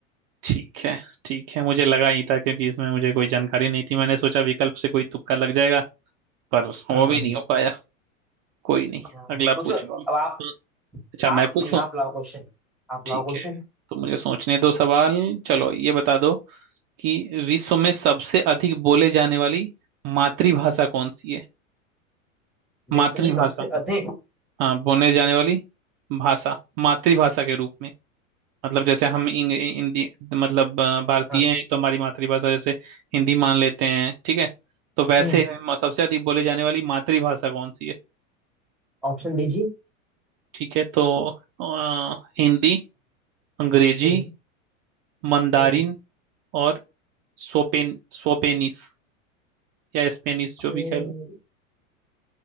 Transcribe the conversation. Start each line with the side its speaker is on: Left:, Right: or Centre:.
Right: ठीक है ठीक है मुझे लगा ही था क्योंकि इसमें मुझे कोई जानकारी नहीं थी मैंने सोचा विकल्प से कोई तुक्का लग जाएगा पर वो
Centre: हाँ
Right: भी
Centre: हाँ
Right: नहीं हो पाया कोई नहीं
Centre: हाँ।
Right: अगला
Centre: पूछो
Right: पूछो
Centre: अब
Right: आप।
Centre: आप
Right: हम्म, अच्छा
Centre: आप
Right: मैं पूछूं
Centre: नहीं आप लाओ क्वेश्चन आप
Right: ठीक
Centre: लाओ क्वेश्चन
Right: है तो मुझे सोचने दो सवाल चलो ये बता दो कि विश्व में सबसे अधिक बोले जाने वाली मातृभाषा कौन सी है मातृभाषा
Centre: विश्व में सबसे अधिक
Right: हाँ बोले जाने वाली भाषा मातृभाषा के रूप में मतलब जैसे हम इंग- हिंदी मतलब अ, भारतीय
Centre: हाँ
Right: हैं तो हमारी मातृभाषा जैसे हिंदी मान लेते हैं ठीक है तो वैसे
Centre: हम्म
Right: हम सबसे अधिक बोले जाने वाली मातृभाषा कौन सी है
Centre: ऑप्शन दीजिए
Right: ठीक है तो अ, हिंदी अंग्रेजी
Centre: हम्म
Right: मंदारिन
Centre: हम्म
Right: और सोपेन सोपेनिस या स्पेनिस जो
Centre: हम्म।
Right: भी कह लो